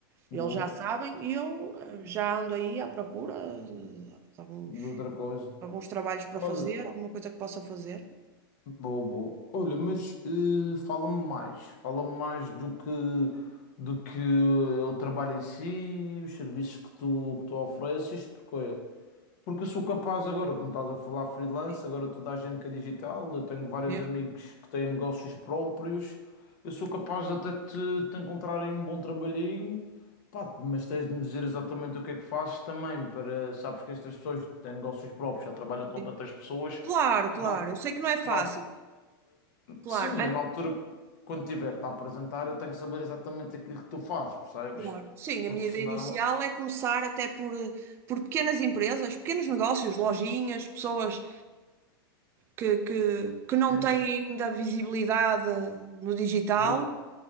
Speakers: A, on the left; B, on the right.
A: boa.
B: Eles já sabem e eu eh, já ando aí à procura eh, de alguns,
A: de outra coisa.
B: alguns trabalhos para
A: Olha,
B: fazer, alguma coisa que possa fazer.
A: boa, boa. Olha, mas eh, fala-me mais. Fala-me mais do que do que eh, o trabalho em si, os serviços que tu, que tu ofereces, porque olha, porque eu sou capaz agora, como estás a falar freelance,
B: Sim,
A: agora toda a gente que é digital, eu tenho vários
B: mesmo,
A: amigos que têm negócios próprios, eu sou capaz de até te, te encontrar aí um bom trabalhinho, pá, mas tens de me dizer exatamente o que é que fazes também, para, sabes que estas pessoas que têm negócios próprios, já trabalham com
B: sim.
A: tantas pessoas,
B: Claro, claro,
A: que não,
B: eu sei que não é fácil.
A: não,
B: Claro,
A: sim,
B: a
A: eu na altura, quando tiver-te a apresentar, eu tenho que saber exatamente aquilo que tu fazes, percebes?
B: claro. Sim,
A: Porque
B: a minha ideia
A: senão,
B: inicial é começar até por, eh, por pequenas empresas, pequenos negócios, lojinhas, pessoas. que, que, que não
A: sim,
B: têm
A: sim,
B: ainda visibilidade no digital
A: boa,